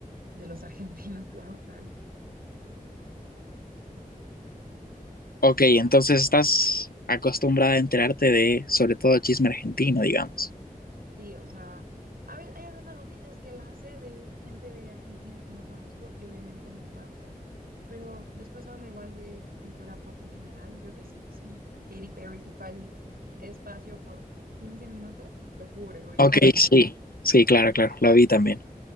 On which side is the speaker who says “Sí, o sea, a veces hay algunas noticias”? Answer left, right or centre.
Right